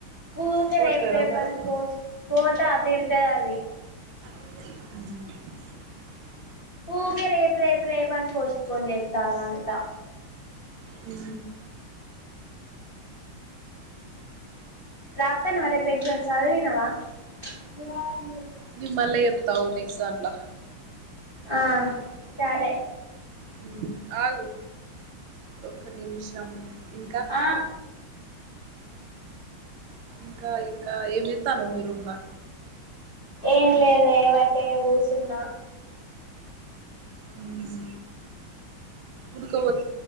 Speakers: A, on the left; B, on the right.
A: ఓకే
B: పోట్లేరా
A: రేపు రేపు
B: మరి
A: అని పోస్ట్ పోతా తిడుతది అది
B: హు
A: ఊకే రేప్ రేప్ రేప్ అన్ పోస్ట్ పోన్ చేతలంతా
B: హు
A: రాతనవ రేపు ఎగ్జామ్ చదివినవా బుధవారం రోజు
B: నేను మల్ల చెప్తా ఆగు నెక్స్ట్ దాంట్లో
A: ఆ సరే
B: హు అగు ఒక నిమిషం ఇంకా
A: ఆ
B: ఇంకా ఇంకా ఏమో చేస్తాను మీ రూమ్ ల
A: ఏం లేదే వట్టిగనే కూసున్న
B: హు ఉడుక పో